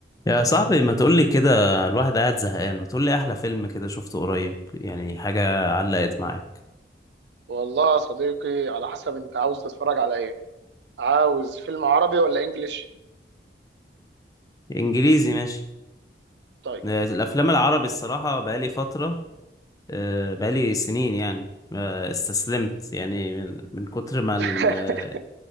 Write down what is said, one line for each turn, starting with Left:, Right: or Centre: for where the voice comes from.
Left: يا صاحبي ما تقولي كده الواحد قاعد زهقان ما تقولي أحلى فيلم كده شفته قريب يعني حاجة علقت معاك
Right: والله يا صديقي على حسب انت عاوز تتفرج على ايه عاوز فيلم عربي ولا انجليش
Left: إنجليزي ماشي
Right: طيب
Left: آه، الأفلام العربي الصراحة بقالي فترة آه، بقالي سنين يعني آه، استسلمت يعني من من كتر ما ال-
Right: <laughs>